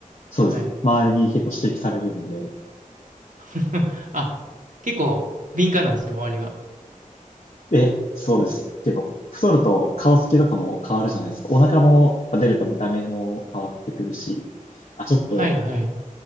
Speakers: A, on the left; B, on the right.
A: そうです。
B: はい。
A: 周りに結構指摘されるんで。
B: <laughs> あ、結構敏感なんですね、周りが。
A: え、そうです。結構太ると顔つきとかも変わるじゃないですか。お腹も出ると見た目も変わってくるし。あ、ちょっと、
B: はいはいはい。